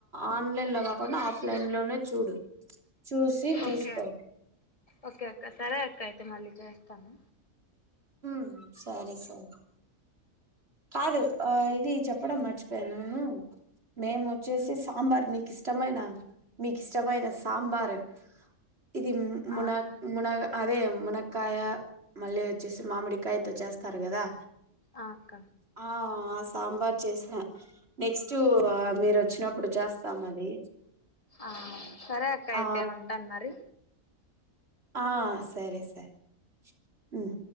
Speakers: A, on the right; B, on the left.
A: ఆన్లైన్ లో కాకుండా ఆఫ్లైన్ లోనే చూడు చూసి తీసుకో
B: ఓకే ఓకే ఓక స రైత మళ్ళీ చేస్తాను
A: ఊ సరే సరె కాదు ఆ ఇది చెప్పడం మర్చిపోయనూ మేముచ్చేసి సాంబార్ నీకు ఇష్టమైన మీకిష్టమైన సాంబారు ఇది మున
B: ఆ అక్క
A: మునగా అదే మునక్కాయ మళ్ళీ వచ్చేసి మామిడికాయతో చేస్తారు కదా
B: ఆ అక్క
A: ఆ ఆ సాంబార్ చేసిన నెక్స్ట్ మీరు ఆ వచ్చినప్పుడు చేస్తాం అది
B: ఆవును సరే అక్క అయితే
A: ఆ
B: ఉంటాను మరి
A: ఆ సరే సర ఉమ్